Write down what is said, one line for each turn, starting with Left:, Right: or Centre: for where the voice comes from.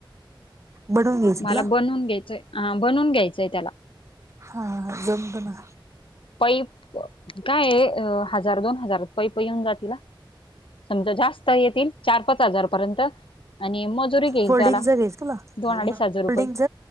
Right: बनवून घ्यायच
Left: मला
Right: तू.
Left: बनवून घ्यायचंय हा बनवून घ्यायचंय त्याला
Right: हा, जमतं ना.
Left: पैप. काय हजार दोन हजारात पैप येऊन जातीला. समजा जास्त येतील. चार- पाच हजारपर्यंत. आणि मजुरी घेईल
Right: फोल्डिंगच
Left: त्याला.
Right: घ्यायचं तुला
Left: दोन- अडीच हजार रुपय.
Right: फोल्डिंगच